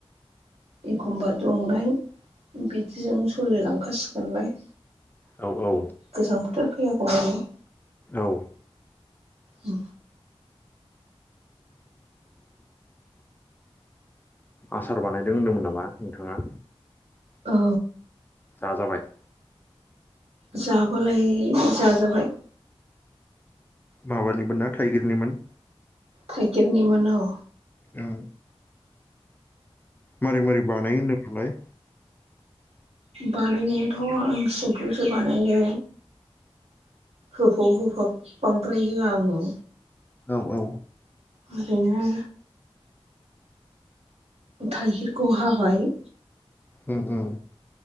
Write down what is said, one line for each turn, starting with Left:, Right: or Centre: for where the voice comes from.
Right: एखमबा दुंनाय बिदिजों सोलिलांखासिगोनलाय।
Left: औ औ
Right: गोजां बोथोर फैयागौ मानानि।
Left: औ
Right: उ
Left: आसार बानायदों होनदोंमोन नामा नोंथाङा।
Right: औ
Left: जाजाबाय-
Right: जाबालाय जाजाबाय।
Left: माबानिमोन ना थाइगिरनिमोन?
Right: थाइगिरनिमोन औ।
Left: औ मारै-मारै बानायो होनदोंमोनलाय।
Right: बानायनायाथ' आं सिम्पोलसो बानायो। होफब-होफाब बांद्राय होआ आङो।
Left: औ-औ।
Right: बिदिनो- थाइगिरखौ हाबाय।
Left: उम-उम।